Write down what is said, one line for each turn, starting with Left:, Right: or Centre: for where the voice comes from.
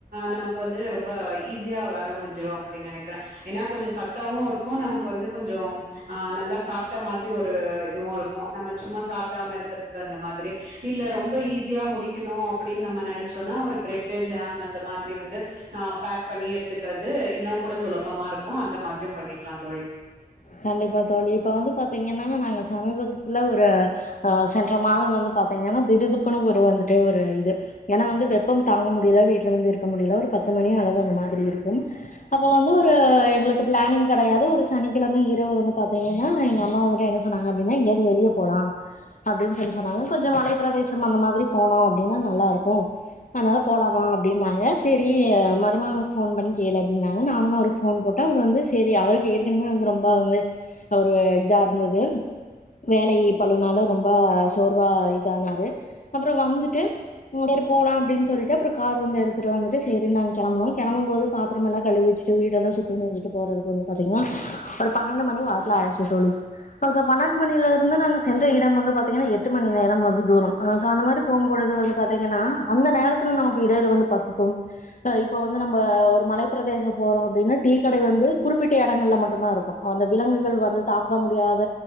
Right: நமக்கு வந்து ரொம்ப ஈஸியா வேல முடிஞ்சிடு அப்டின்னு நெனைக்கிறே ஏன்னா கொஞ்சோ சத்தாவு இருக்கு நமக்கு வந்து கொஞ்சம் ஆ நல்லா சாப்டா மாதிரி ஒரு இதுவு இருக்கு நம்ம சும்மா சாப்டாம இருக்கறதுக்கு அந்த மாரி இல்ல ரொம்ப ஈஸியா முடிக்கணு அப்டின்னு நம்ம நெனைச்சோனா ஒரு பிரெட்டு் ஜாம் அந்த மாரி வந்து ஆ பேக் பண்ணி எடுத்துக்கறது இன்னு கூட சுலபமா இருக்கு அந்த மாதிரியு பண்ணிக்கலா தோழி
Left: கண்டிப்பா தோழி இப்ப வந்து பாத்தீங்கன்னா நாங்க சமீபத்துல ஒரு ஆ சென்ற மாதம் வந்து பாத்தீங்கன்னா திடு திப்புன்னு ஒரு வந்து அப்டி ஒரு இது ஏன்னா வந்து வெப்பம் தாங்க முடில வீட்ல வந்து இருக்க முடில ஒரு பத்து மணி அளவு அந்த மாதிரி இருக்கும் அப்ப வந்து ஒரு எங்களுக்கு பிளானிங் கெடயாது ஒரு சனி சனிகெழம இரவு வந்து பாத்தீங்கன்னா எங்க அம்மா வந்துட்டு என்ன சொன்னாங்க அப்டின்னா எங்கயாது வெளிய போலா அப்டின்னு சொல்லி சொன்னாங்க கொஞ்சம் மலைப்பிரதேசம் அந்த மாதிரி போனோ அப்டின்னா நல்லாருக்கு அதனாலா போலாமா அப்டின்னாங்க சேரி மருமகனுக்கு ஃபோன் பண்ணி கேளு அப்டினாங்க நானு அவருக் ஃபோன் போட்டா அவரு வந்து சேரி அவருக்கு ஏற்கனவே வந்து ரொம்ப வந்து ஒரு இதா இருந்தது வேலையி பழுனால ரொம்ப சோர்வா இதானாரு அப்புறோ வந்துட்டு சேரி போலா அப்டின் சொல்லிட்டு அப்புறோ கார் வந்து எடுத்துட்டு வந்துட்டு சேரி நா கெளம்பனோ கெளம்புபோது பாத்திரமெல்லா கழுவி வச்சி ட்டு வீடெல்லா சுத்தோ செஞ்சிட்டு போறதுக்கு வந்து பாத்தீங்கன்னா ஒரு பன்னெண்டு மணி வாக்குடுல ஆயிடிச்சி தோழி பசோ பன்னெண்டு மணில இருந்து நாங்க சென்ற இடம் வந்து பாத்தீங்கன்னா எட்டு மணி நேரம் வந்து தூரம் ஆ சோ அந்த மாரி போம் பொழுது வந்து பாத்தீங்கன்னா அந்த நேரத்துல நமக்கு இடையில வந்து பசிக்கும் அ இப்ப வந்து நம்ம ஒரு மலைப்ப பிரதேசம் போறோ அப்டின்னா டீக்கடை வந்து குறிப்பிட்ட எடங்கள்ல மட் ட்டுதா இருக்கு அந்த விலங்குகள் வந்து தாக்க முடியாத